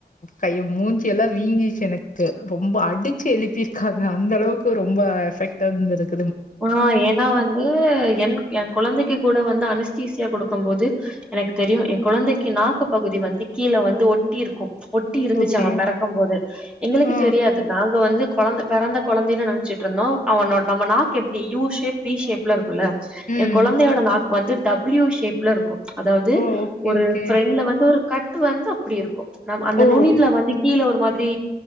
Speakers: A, on the left; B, in the centre.
A: கைய மூஞ்சில்லாம் வீங்கிச்சு எனக்கு ரொம்ப அடிச்சு எழுப்பியிருக்காங்க அந்த அளவுக்கு ரொம்ப எஃபெக்ட் தந்திருக்கு
B: ஆ ஏன்னா வந்து என் என் குழந்தைக்கு கூட வந்து அனுஸ்திசியா கொடுக்கும் போது எனக்கு தெரியும் எ குழந்தைக்கு நாக்கு பகுதி வந்து கீழே வந்து ஒட்டி இருக்கு ஒட்டி இருந்துச்ச
A: ஓகே.
B: அவ பிறக்கும் போது எங்களுக்கு
A: ஆ.
B: தெரியாது நாங்க வந்து குழ பிறந்த குழந்தையில நனச்சு இருந்தோ அவனோ நம்ம நாக்கு எப்படி யூ ஷேப் வி ஷேப்ல இருக்குல்ல
A: ம்.
B: எ குழந்தையோட நாக்கு வந்துடபள்யூ ஷேப்ல இருக்கும் அதாவது
A: ஓ! ஓகே,
B: ஒரு
A: ஓகே.
B: பிரண்ட்ல வந்து ஒரு கட் ட்டு வந்து அப்டி இருக்கு நம் அந்த
A: ஓ!
B: நுண்ணின்ல வந்து கீழ ஒரு மாதிரி